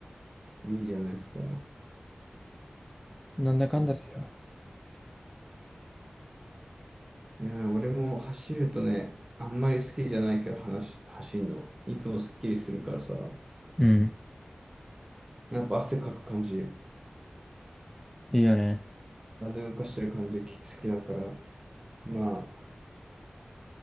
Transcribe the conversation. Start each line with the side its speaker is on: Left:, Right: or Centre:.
Right: うん。いいじゃないですか。
Centre: なんだかんだですよ。
Right: そう。いやー、俺も走るとね、あんまり好きじゃないけど、話、走るの。いつもすっきりするからさ、
Centre: うん。
Right: やっぱ汗かく感じ。
Centre: いいよね。
Right: バンド動かしてる感じ好きだから、まあ、